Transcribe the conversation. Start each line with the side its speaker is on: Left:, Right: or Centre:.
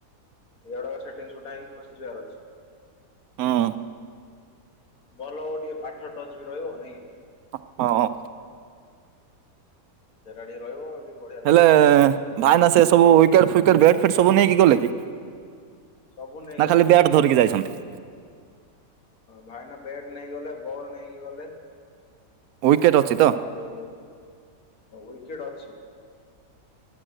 Left: ଇଆଡୁ ଆଡୁ ସେଟିଂ ସୁଟାକି ଖସିଯିବାର ଅଛି।
Right: ହଁ।
Left: ଭଲ ହବ ଟିକେ ପାଠ ଟଚ୍ ବି ରହିବ ନାଇ କି?
Right: ହ ହଁ।
Left: ଜାଗା ରହିବ ଟିକେ ବଢିଆ
Right: ହେଲେ
Left: ଲାଗିବ
Right: ଭାଇନା ସେ ସବୁ ୱିକେଟ ଫ୍ୱିକେଟ୍ ବ୍ୟାଟ ଫେଟ ସବୁ ନେଇକି ଗଲେ କି?
Left: ସବୁ ନେଇଗଲେ
Right: ନା ଖାଲି ବ୍ୟାଟ ଧରିକି ଯାଇଛନ୍ତି?
Left: ଭାଇନା ବ୍ୟାଟ୍ ନେଇଗଲେ ବଲ୍ ନେଇକି ଗଲେ।
Right: ୱିକେଟ ଅଛି ତ?
Left: ଆଉ ୱିକେଟ ଅଛି।